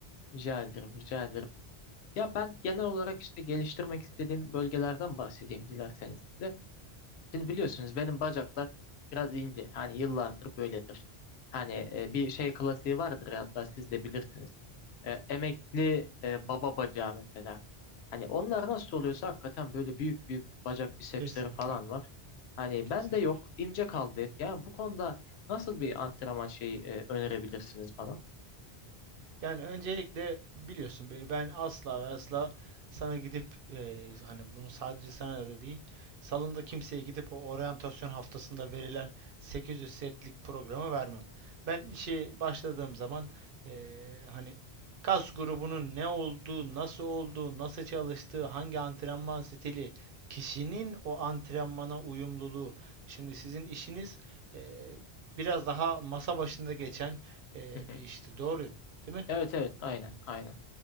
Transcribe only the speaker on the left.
Rica ederim, rica ederim. Ya ben genel olarak işte geliştirmek istediğim bölgelerden bahsedeyim dilerseniz size. Şimdi biliyorsunuz benim bacaklar biraz ince. Hani yıllardır böyledir. Hani e, bir şey klasiği vardır ya hatta siz de bilirsiniz. E, emekli e, baba bacağı mesela. Hani onlar nasıl oluyorsa hakikaten böyle büyük büyük bacak bisepsleri
falan var. Hani
ben de yok, ince kaldı hep. Yani bu konuda nasıl bir antrenman şeyi e, önerebilirsiniz bana?
Hı hı.
Evet evet aynen aynen.